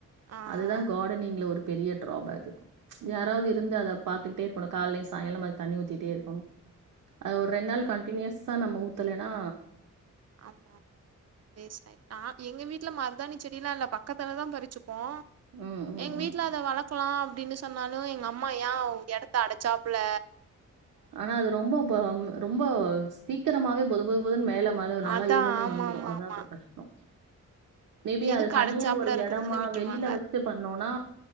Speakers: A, on the right; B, on the right.
A: ஆ
B: அதுதா
A: ஆ
B: காடனிங்ல ஒரு பெரிய டிராபேகு யாராவது இருந்து அத பாத்துக்கிட்டே இருக்கணு கால்லயு சாயங்காலமு அது தண்ணி ஊத்திட்டே இருக்கணு அது ஒரு ரெண் நாள் கண்டினியூஸா நம்ம ஊத்தலேனா
A: ஆமாமா வேஸ்டாய்ட் ஆ எங்க வீட்ல மருதாணி செடிலா இல்ல பக்கத்துலதா பறிச்சுப்போ
B: ம், ம்,
A: எங்
B: ம்.
A: வீட்ல த வளக்கலா அப்டின்னு சொன்னாலு எங்க அம்மா ஏ எடத்த அடைச்சாப்ல
B: ஆனா அது ரொம்ப பம் ரொம்ப சீக்கரமாவே பொது பொது பொதுன் மேல வலு நல்லா
A: அதான்
B: இது பண்ணி
A: ஆமாம்
B: வந்துரு
A: ஆமாம்
B: அதா
A: ஆமாம்
B: அப்பறோ கஷ்டோ மேபி
A: எதுக்கு
B: அத தனியா
A: அடைச்சாப்புல
B: ஒரு
A: இருக்கிறதுன்னு
B: எடமா
A: விட்டுருவாங்க
B: வெளில வச் சு பண்ணோனா